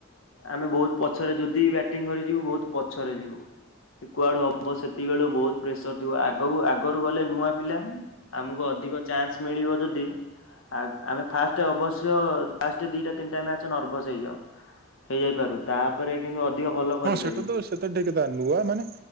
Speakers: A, on the left; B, on the right.
A: ଆମେ ବହୁତ୍ ପଛରେ ଯଦି ବ୍ୟାଟିଂ କରିଯିବୁ ବହୁତ୍ ପଛରେ ଯିବୁ। ସେ କୁଆଡୁ ହବ ସେତିକି ବେଳୁ ବହୁତ୍ ପ୍ରେସର୍ ଥିବ ଆଗକୁ ଆଗରୁ ଗଲେ ନୂଆ ପିଲା। ଆମକୁ ଅଧିକ ଚାନ୍ସ୍ ମିଳିବ ଯଦି ଆଗ୍ ଆମେ ଫାଷ୍ଟେ ଅବଶ୍ୟ ଫାଷ୍ଟେ ଦିଟା ତିନ୍ଟା ମ୍ୟାଚ ନର୍ଭସ୍ ହେଇଯାଉ ହେଇଯାଇପାରୁ ତାପରେ କିନ୍ତୁ ଅଧିକ ଭଲ
B: ହଁ
A: କରିପାରିବୁ।
B: <unintelligible> ମାନେ